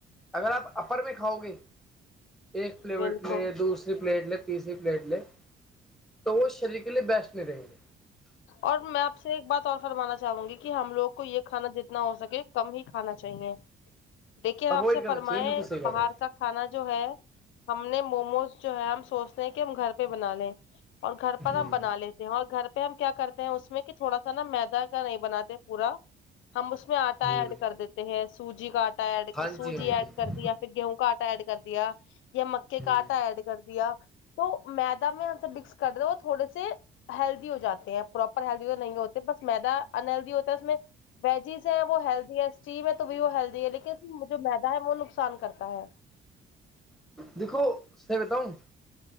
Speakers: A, in the centre; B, on the left (about 75°).
A: اگر آپ اپر میں کھاؤ گے ایک پلیٹ
B: بالکل
A: لےیا دوسری پلیٹ لے تیسری پلیٹ لے تو وہ شریر کے لیے بیسٹ نہیں رہیں گے
B: اور میں آپ سے ایک بات اور فرمانا چاہوں گی کہ ہم لوگ کو یہ کھانا جتنا ہو سکے کم ہی کھانا چاہیے دیکھیے آپ
A: اوائڈ
B: سے
A: کرنا
B: فرمائے
A: چاہیے بالکل صحیح کہہ
B: باہر
A: رہا
B: کا کھانا جو ہے ہم نے موموز جو ہے ہم سوچتے ہیں کہ ہم گھر پہ بنا لیں اور گھر
A: ہوں
B: پر ہم بنا لیتے ہیں اور گھر پہ ہم کیا کرتے ہیں اس میں کہ تھوڑا سا نا میدا کا نہیں بناتے پورا ہم اس میں آٹا
A: ہ ہ
B: ایڈ کر دیتے ہیں سوجی کا آٹا ایڈ
A: ہاں
B: سوجی
A: جی ہاں
B: ایڈ
A: جی
B: کر دیا گیہوں کاٹا ایڈ کر دیا یا مکے
A: ہ
B: کااٹا ایڈ کر دیا تو ما میں ہم سب مکس کر رہے ہو تھوڑے سے ہیلدی ہو جاتے ہیں پراپر ہیلدی تو نہیں ہوتے بس میدا انہلدی ہوتا ہے اس میں ویجیز ہے وہ ہیلدی ہے اسٹیم ہے تو بھی وہ ہیلدی ہے لیکن جو مدا ہے وہ نقصان کرتا ہے
A: دیکھو س بتا ہؤوں